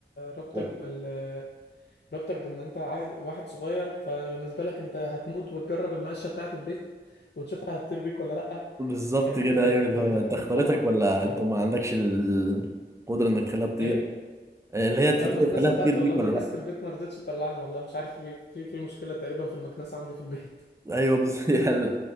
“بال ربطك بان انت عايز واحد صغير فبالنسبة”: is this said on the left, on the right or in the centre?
Left